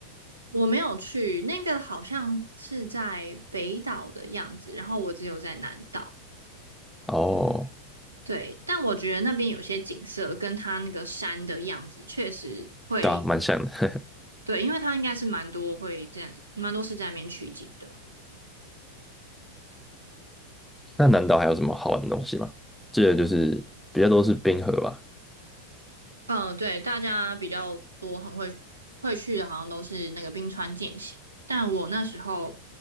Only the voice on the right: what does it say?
我没有去，那个好像是在北岛的样子，然后我只有在南岛。
对，但我觉得那边有些景色跟它那个山的样子确实会，
对，因为它应该是蛮多会在蛮多是在那边取景的。
嗯，对，大家比较多很会会去的，好像都是那个冰川健行。但我那时候